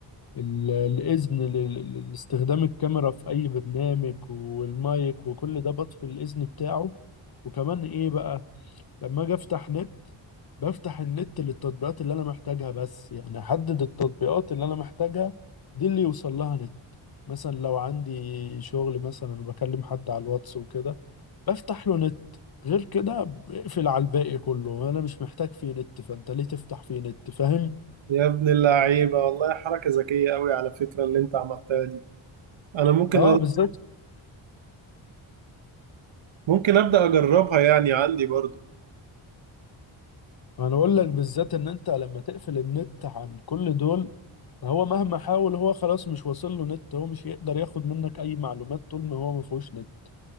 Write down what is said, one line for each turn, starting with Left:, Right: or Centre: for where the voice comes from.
Left: ال- الاذن ل- ل- لاستخدام الكاميرا في اي برنامج والمايك وكل ده بطفي الاذن بتاعه وكمان ايه بقى لما اجي افتح نت بفتح النت للتطبيقات اللي انا محتاجها بس يعني احدد التطبيقات اللي انا محتاجها دي اللي يوصل لها نت مثلا لو عندي شغل مثلا وبكلم حد على الواتس وكده بفتح له نت غير كده بقفل على الباقي كله انا مش محتاج فيه نت فانت ليه تفتح فيه نت فاهم
Right: يا ابن اللعيبة والله حركة ذكية أوي على فكرة اللي أنت عملتها دي أنا ممكن
Left: اه بالذات
Right: أ- ممكن أبدأ أجربها يعني عندي برضو
Left: انا اقول لك بالذات ان انت لما تقفل النت عن كل دول هو مهما حاول هو خلاص مش واصل له نت هو مش هيقدر ياخد منك اي معلومات طول ما هو ما فيهوش نت